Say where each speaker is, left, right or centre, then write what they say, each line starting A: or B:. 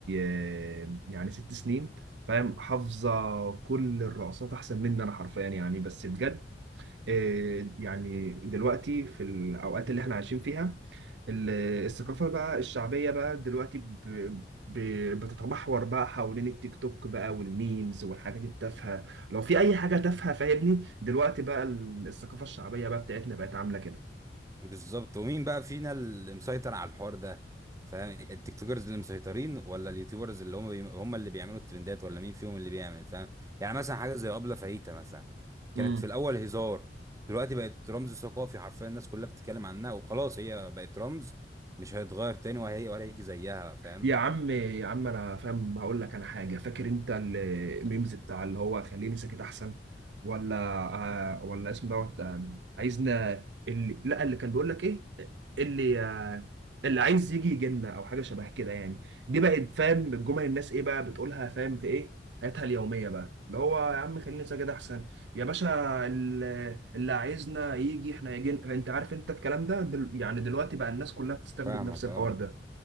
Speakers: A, on the right; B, on the right.
A: آه، يعني ست سنين فاهم حافظه كل الرقصات احسن مني انا حرفيا يعني بس بجد آه، يعني دلوقتي في الاوقات اللي احنا عايشين فيها ال- الثقافه بقى الشعبيه بقى دلوقتي ب- ب- بتتمحور بقى حوالين التيك توك بقى والميمز والحاجات التافهه لو في اي حاجه تافهه فاهمني دلوقتي بقى الثقافه الشعبيه بقى بتاعتنا بقت عامله كده
B: بالظبط ومين بقى فينا اللي مسيطر على الحوار ده فاهم التيك توكرز اللي مسيطرين ولا اليوتيوبرز اللي هم بي... هم اللي بيعملوا الترندات ولا مين فيهم اللي بيعمل فاهم يعني مثلا حاجه زي ابله فاهيتا مثلا كانت
A: امم
B: في الاول هزار دلوقتي بقت رمز ثقافي حرفيا الناس كلها بتتكلم عنها وخلاص هي بقت رمز مش هيتغير تاني وهي ولا هيجي زيها فاهم
A: يا عم يا عم انا فاهم هقول لك انا حاجه فاكر انت ال- الميمز بتاع اللي هو خليني ساكت احسن ولا آه ولا اسم دوت آه، عايزنا اللي لا اللي كان بيقول لك ايه اللي آه اللي عايز يجي يجينا او حاجه شبه كده يعني دي بقت فاهم الجمل الناس ايه بقى بتقولها فاهم في ايه حياتها اليوميه بقى اللي هو يا عم خليني ساكت احسن يا باشا ال- اللي عايزنا يجي احنا يجي انت عارف انت الكلام ده دل... يعني دلوقتي بقى الناس كلها بتستخدم
B: فاهمك
A: نفس الحوار
B: اه
A: ده